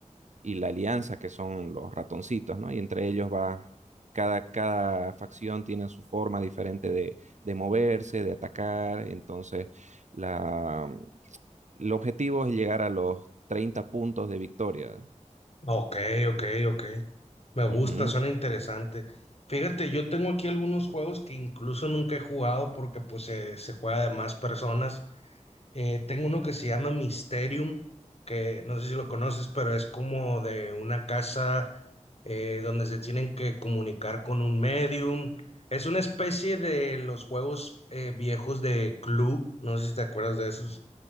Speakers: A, on the right; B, on the left.
A: y la alianza, que son los ratoncitos, ¿no? Y entre ellos va, cada, cada facción tiene su forma diferente de, de moverse, de atacar. Entonces la, el objetivo es llegar a los 30 puntos de victoria.
B: ok, ok, ok. Me gusta,
A: Ujú.
B: suena interesante. Fíjate, yo tengo aquí algunos juegos que incluso nunca he jugado porque pues se, se juega de más personas Eh, tengo uno que se llama Mysterium, que no sé si lo conoces, pero es como de una casa eh, donde se tienen que comunicar con un medium. Es una especie de los juegos eh, viejos de Clue, no sé si te acuerdas de esos.